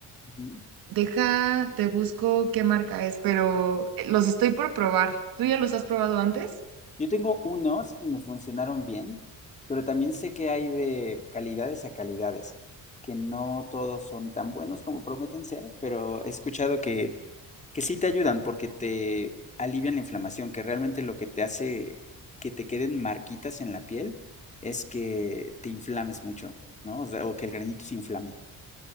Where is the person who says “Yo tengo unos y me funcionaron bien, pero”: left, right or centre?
Left